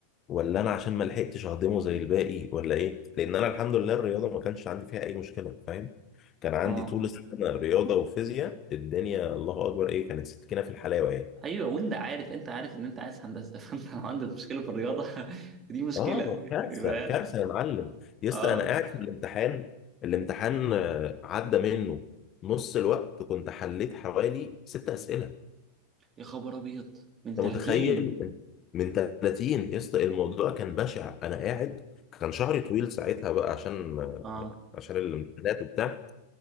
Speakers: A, on the left (about 30°); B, on the right (about 25°).
A: ولا انا عشان ما لحقتش اهضمه زي الباقي ولا ايه لان انا الحمد لله الرياضه ما كانش عندي فيها اي مشكله فاهم كان عندي
B: اه
A: طول السنه رياضه وفيزياء الدنيا الله اكبر ايه كانت سكينه في الحلاوه يعني
B: ايوه وانت عارف انت عارف ان انت عايز هندسه <laughs> فانت لو عندك مشكله في الرياضه <laughs> فدي مشكله
A: اه كارثه
B: يبقى
A: كارثه يا معلم يا اسطى
B: اه
A: انا قاعد في الامتحان الامتحان آه، عدى منه نص الوقت كنت حليت حوالي ست اسئله
B: يا خبر ابيض من 30
A: انت متخيل من 30 يا اسطى الموضوع كان بشع انا قاعد كان شعري طويل ساعتها بقى عشان
B: اه
A: عشان الامتحانات وبتاع